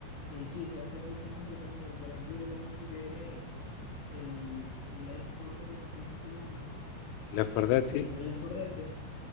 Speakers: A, on the left; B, on the left.
A: y sí, se hace mucho más entretenido. Por ejemplo, yo también jugué el Left 4 Dead, creo que se llama.
B: la verdad,
A: Sí,
B: sí,
A: el Left 4 Dead, yo,